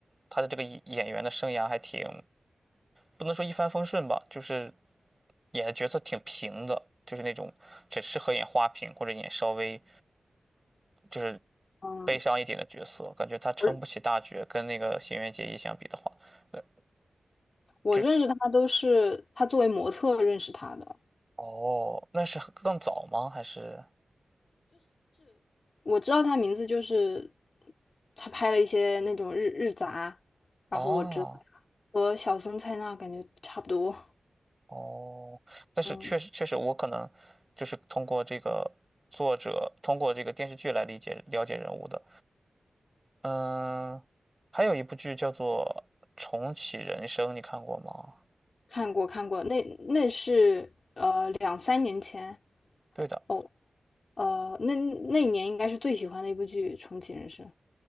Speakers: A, on the right (about 20°); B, on the left (about 55°).
A: 她的这个演演员的生涯还挺，不能说一帆风顺吧，就是演的角色挺平的，就是那种只适合演花瓶或者演稍微就是
B: 嗯，
A: 悲伤一点的角色，感觉她撑不起大角，
B: 我
A: 跟那个新垣结衣相比的话，呃，
B: 我认识他都是他作为模特认识他的。
A: 就哦，那是很更早吗？还是
B: 我知道他名字就是他拍了一些那种日日杂，
A: 啊？
B: 然后我知道他和小松菜奈感觉差不多。
A: 哦？但是确实确实，
B: 嗯，
A: 我可能就是通过这个作者，通过这个电视剧来理解了解人物的。嗯，还有一部剧叫做《重启人生》，你看过吗？
B: 看过看过，那那是呃两三年前，
A: 对的，
B: 哦，呃那那一年应该是最喜欢的一部剧《重启人生》。